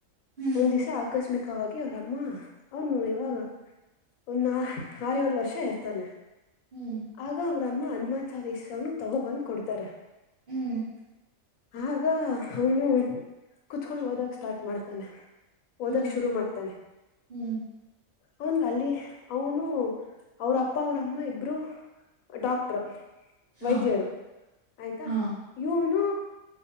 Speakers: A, on the right; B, on the left.
A: ಹ್ಮ್
B: ಒಂದ್ ದಿವಸ ಆಕಸ್ಮಿಕ ವಾಗಿ ಅವ್ರಮ್ಮ ಹೌನುಾವಾಗ
A: ಹ್ಮ್
B: ಒಂದ ಆ ಆರ ಏಳ ವರ್ಷ ಇರ್ತಾನೆ
A: ಹ್ಮ್
B: ಆಗ ಅವ್ರಮ್ಮ ಅ ಸಾ ಸ ದೇಶನು ತಗೊಬಂದ್ ಕೊಡ್ತಾರೆ
A: ಹ್ಮ್
B: ಆಗ ಅವನು ಕುತ್ಕೊಂಡ್ ಹದಕ್ ಸ್ಟಾರ್ಟ ಮಾಡ್ತಾರೆ ಓದಕ್
A: ಹ್ಮ್
B: ಶುರು ಮಾಡ್ತಾನೆ
A: ಹ್ಮ್
B: ಅವನ್ಗ ಅಲ್ಲಿ ಅವನು ಅವ್ರ ಅಪ್ಪ ಅವ್ರಮ್ಮ ಇಬ್ರು ಡಾಕ್ಟರು
A: ಹಾ
B: ವೈದ್ಯರು ಆಯ್ತಾ
A: ಹಾ
B: ಇವನು